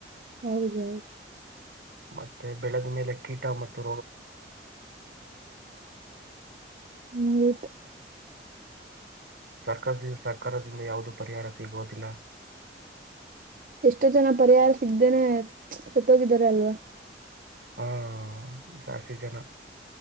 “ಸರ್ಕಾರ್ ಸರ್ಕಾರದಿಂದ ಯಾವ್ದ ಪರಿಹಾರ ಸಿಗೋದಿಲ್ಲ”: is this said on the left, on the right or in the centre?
Right